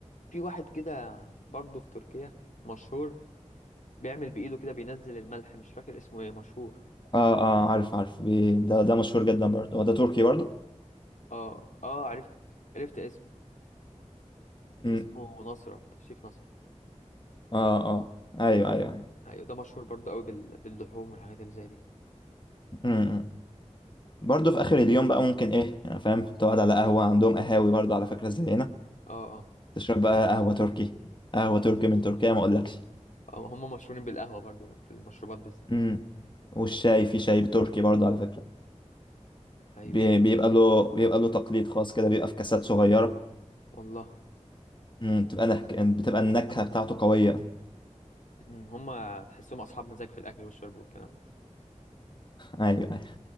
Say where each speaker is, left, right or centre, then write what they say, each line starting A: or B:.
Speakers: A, on the left; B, on the left.
A: في واحد كده برضه في تركيا مشهور بيعمل بإيده كده بينزل الملح مش فاكر اسمه ايه مشهور
B: آه آه عارف عارف بي- ده ده مشهور جدا برضه هو ده تركي برضه
A: اه اه عرفت عرفت اسمه
B: أمم.
A: اسمه نصرت شيف نصر
B: آه آه أيوه أيوه أيوه
A: ايوه ده مشهور برضو قوي بال... باللحوم والحاجات اللي زي دي
B: أمم. برضه في آخر اليوم بقى ممكن إيه يعني فاهم تقعد على قهوة عندهم قهاوي برضه على فكرة زي هنا
A: اه اه
B: تشرب بقى قهوة تركي قهوة تركي من تركيا ما أقولكش
A: آه، هم مشهورين بالقهوه برضو في المشروبات بالذات
B: امم والشاي
A: مم.
B: في شاي تركي برضه على فكرة
A: ايوه
B: بي-
A: صح
B: بيبقى له بيبقى له تقليد خاص كده بيبقى في كاسات صغيرة
A: والله
B: امم بتبقى نك... بتبقى النكهة بتاعته قوية
A: مم. هم تحسهم اصحاب مزاج في الاكل والشرب والكلام ده
B: <laughs> ايوه